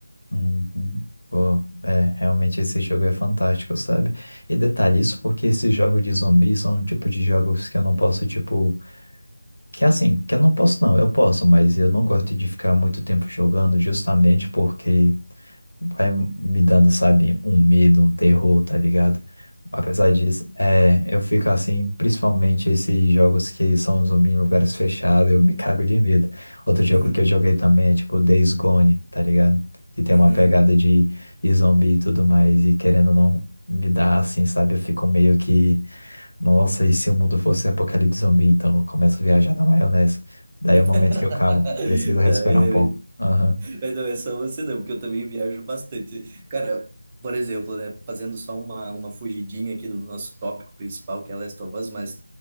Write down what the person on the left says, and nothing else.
Uhum. Pô, é, realmente esse jogo é fantástico, sabe? E detalhe, isso porque esses jogos de zumbi são um tipo de jogos que eu não posso, tipo. Que assim, que eu não posso, não, eu posso, mas eu não gosto de ficar muito tempo jogando justamente porque vai me dando, sabe, um medo, um terror, tá ligado? Apesar disso, é, eu fico assim, principalmente esses jogos que são zumbi em lugares fechados, eu me cago de medo. Outro jogo
que eu joguei também é tipo Days Gone, tá ligado? Que tem
uma pegada de, de zumbi e tudo mais, e querendo ou não me dá assim, sabe? Eu fico meio que, nossa, e se o mundo fosse apocalipse zumbi? Então eu começo a viajar na maionese. Daí
é o momento que eu calmo, preciso respirar
um pouco.
Aham.